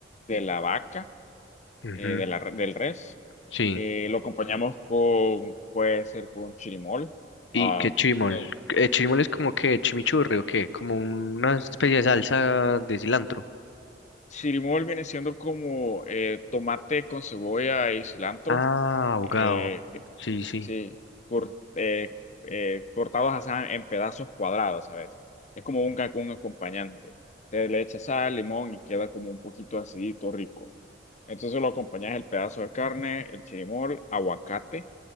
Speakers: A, on the left; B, on the left.
A: de la vaca.
B: ujú,
A: eh, de la, del res.
B: Sí.
A: Eh, lo acompañamos con, puede ser con chirimol.
B: ¿Y
A: Ah,
B: qué chimol?
A: nos-
B: ¿El chimol es como que chimichurri o qué? Como una especie de salsa de cilantro.
A: chirimol viene siendo como eh, tomate con cebolla y cilantro.
B: Ah, ahogado.
A: Eh,
B: Sí, sí.
A: sí, cor- eh, eh, cortados así en pedazos cuadrados, ¿sabes? Es como un, ca- un acompañante. Se le echa sal, limón y queda como un poquito acidito, rico. Entonces lo acompañas el pedazo de carne, el chirimol, aguacate,